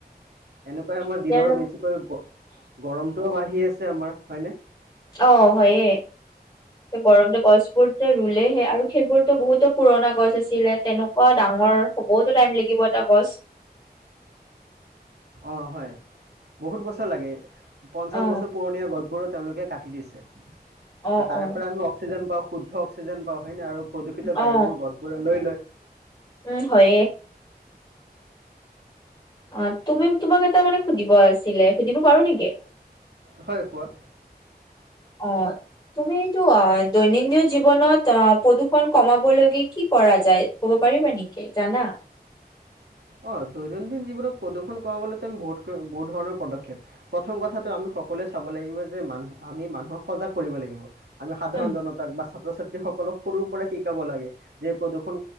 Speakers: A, on the right; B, on the left.
A: এনেকুৱাই আমাৰ
B: এতিয়া
A: দিনৰ
B: আৰু
A: বেছিকৈ গৰ-গৰমটোও বাঢ়ি আছে আমাৰ হয়নে?
B: অ, হয়ে। গৰম যে গছ বোৰটো ৰুলেহে আৰু সেইবোৰতো বহুতো পুৰণা গছ আছিলে তেনে পোৱা ডাঙৰ হ'বতো টাইম লাগিব এটা গছ।
A: অ, হয়, বহুত বছৰ লাগে। পঞ্চাশ
B: অ
A: বছৰ পুৰণীয়া গছবোৰো তেওঁলোকে কাটি দিছে,
B: অ
A: আৰু তাৰে
B: অ
A: পৰা আমি অক্সিজেন পাওঁ শুদ্ধ অক্সিজেন পাওঁ হয়নে আৰু প্ৰদূষিত বায়ুবোৰ
B: অ
A: গছবোৰে লৈ লয়।
B: উম, হয়ে। অ, তুমি তোমাক এটা মানে সুধিব আছিলে সুধিব পাৰো নেকি?
A: হয়, কোৱা।
B: অ। তুমি এইটো অ, দৈনন্দিন জীৱনত অ, প্ৰদূষণ কমাব লৈকে কি কৰা যায়? ক'ব পাৰিবা নেকি? জানা?
A: অ, দৈনন্দিন জীৱনত প্ৰদূষণ কমাবলৈ তেওঁ বহু বহুত বহুত ধৰণৰ পদক্ষেপ প্ৰথম কথাটো আমি সকলোৱে চাব লাগিব যে মানুহ আমি মানুহক সজাগ কৰিব লাগিব। আমি সাধাৰণ
B: উম,
A: জনতাক বা ছাত্ৰ ছাত্ৰীসকলক সৰুৰ পৰাই শিকাব লাগে। যে প্ৰদূষণ